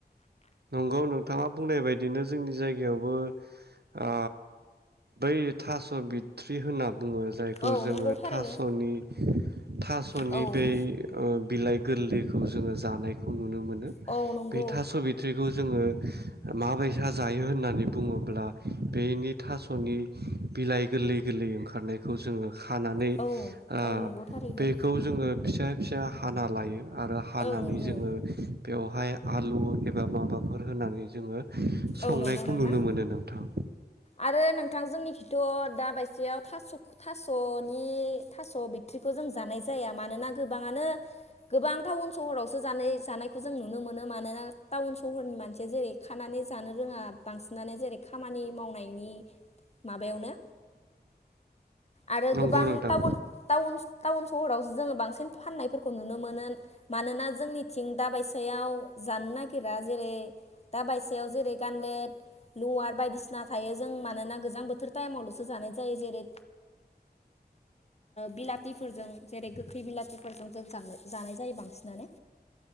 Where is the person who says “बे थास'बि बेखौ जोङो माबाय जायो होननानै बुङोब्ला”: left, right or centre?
Right